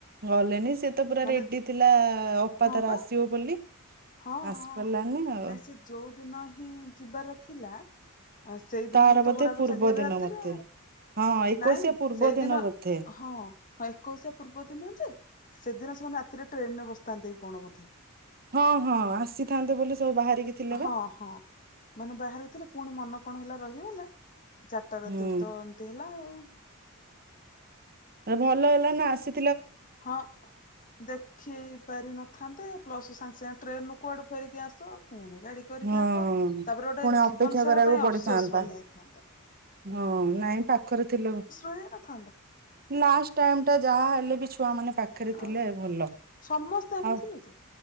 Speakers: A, on the right; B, on the left.
A: ଗଲେନି ସେ ତ ପୁରା
B: ମାନେ
A: ରେଡି ଥିଲା ଅପା
B: ହଁ
A: ତାର
B: ପା
A: ଆସିବ ବୋଲି।
B: ହଁ,
A: ଆସି
B: ହଁ
A: ପାରିଲାନି ଆଉ
B: ନାଇଁ ସେ ଯୋଉ ଦିନ ହିଁ ଯିବାର ଥିଲା ଆଉ ସେଇଦିନ
A: ତାର
B: ହିଁ ତ
A: ବୋଧେ
B: ବଡବାପା
A: ପୂର୍ବ
B: ଚାଲିଗଲେ
A: ଦିନ
B: ରାତିରେ
A: ମତେ
B: ଆଉ।
A: ହଁ ଏକୋଇଶିଆ
B: ନାଇଁ
A: ପୂର୍ବ
B: ସେଇଦିନ
A: ଦିନ ବୋଧେ
B: ହଁ ହଁ ଏକୋଇଶିଆ ପୂର୍ବ ଦିନ ଯେ ସେଦିନ ସେମାନେ ରାତିରେ ଟ୍ରେନ୍ ରେ ବସିଥାନ୍ତେ କି କଣ ବୋଧେ।
A: ହଁ ହଁ ଆସିଥାନ୍ତେ ବୋଲି ସବୁ ବାହାରିକି ଥିଲେ ବା
B: ହଁ, ହଁ ମାନେ ବାହାରି ଥିଲେ। ପୁଣି ମନ କଣ ହେଲା ରହିଗଲେ। ଚାରଟା ରାତିରୁ
A: ହୁଁ
B: ତ ଏମିତି ହେଲା ଆଉ।
A: ଏ ଭଲ ହେଲା ନା ଆସି
B: ହଁ ଦେଖି ପାରିନଥାନ୍ତେ। ପ୍ଲସ୍ ସାଙ୍ଗେ ସାଙ୍ଗେ ଟ୍ରେନ୍ ରୁ କୁଆଡୁ ଫେରିକି ଆସ ପୁଣି ଗାଡି କରିକି
A: ହଁ
B: ଆସ ତାପରେ ଗୋଟେ
A: ପୁଣି ଅପେକ୍ଷା
B: ଜୀବନ ସାରା
A: କରିବାକୁ
B: ପାଇଁ
A: ପଡିଥାନ୍ତା
B: ଅଫସୋସ ରହି ଯାଇଥାନ୍ତା।
A: ହଁ ନାଇଁ ପାଖରେ ଥିଲେ
B: ରହିଯାଇନଥାନ୍ତା
A: ଲାଷ୍ଟ ଟାଇମ୍ ଟା ଯାହା ହେଲେ ବି ଛୁଆ ମାନେ ପାଖରେ ଥିଲେ
B: ଆଉ
A: ଭଲ।
B: ସମସ୍ତେ ଆମେ
A: ଆଉ
B: ଥିଲୁ ଯେ